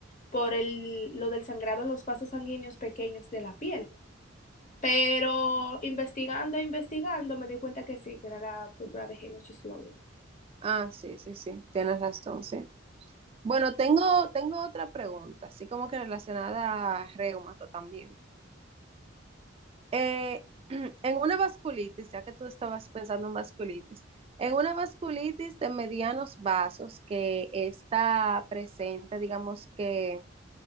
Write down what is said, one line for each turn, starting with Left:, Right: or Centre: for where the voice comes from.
Left: por el, lo del sangrado en los vasos sanguíneos pequeños de la piel. Pero investigando, investigando, me di cuenta que sí, que era la púrpura de Henoch-Sloan.
Right: Ah, sí, sí, sí, tienes razón, sí. Bueno, tengo, tengo otra pregunta, así como que relacionada a reumato también. Eh, <clears throat> en una vasculitis, ya que tú estabas pensando en vasculitis, en una vasculitis de medianos vasos que está presente, digamos que